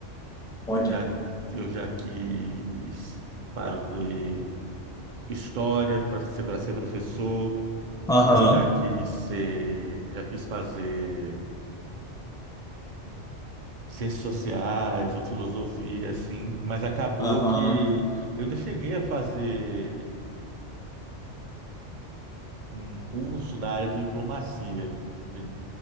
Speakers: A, in the centre; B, on the right.
A: Olha.
B: eu já, eu já quis fazer história para ser, para ser professor,
A: Aham,
B: eu já quis ser, já quis fazer ciências sociais ou filosofia, assim, mas acabou
A: aham.
B: que eu ainda cheguei a fazer um curso da área de diplomacia, de-